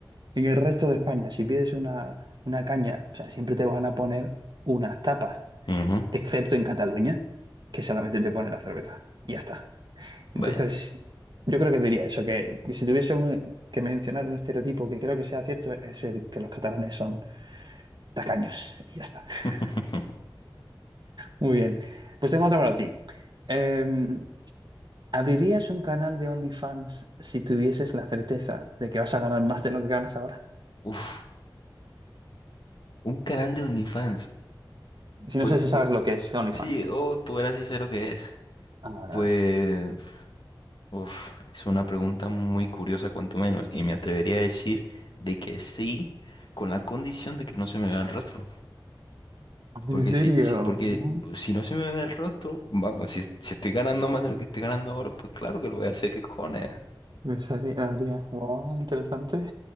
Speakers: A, on the right (about 60°); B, on the left (about 65°).
A: en el resto de España, si pides una, una caña, o sea, siempre te van a poner unas tapas.
B: ujú,
A: excepto en Cataluña, que solamente te pone la cerveza. Y ya está.
B: Vaya.
A: Entonces, yo creo que diría eso, que si tuviese un- que mencionar un estereotipo que creo que sea cierto, es el que los catalanes son tacaños. Y ya está. <laughs>
B: <laughs>
A: Muy bien. Pues tengo otra para ti. Em, ¿abrirías un canal de OnlyFans si tuvieses la certeza de que vas a ganar más de lo que ganas ahora?
B: Uf, un canal de OnlyFans.
A: Si
B: Pues
A: no sé si
B: mi-
A: sabes lo que es OnlyFans.
B: sí, oh, tú verás si sé lo que es.
A: Ah, vale,
B: Pues
A: vale.
B: Uf, es una pregunta muy curiosa, cuanto menos, y me atrevería a decir de que sí, con la condición de que no se me vea el rostro. Porque
A: ¿En serio?
B: si, si, porque si no se me ve el rostro, vamos, si, si estoy ganando más de lo que estoy ganando ahora, pues claro que lo voy a hacer, ¿qué cojones?
A: Me sali- haría. Wow, interesante.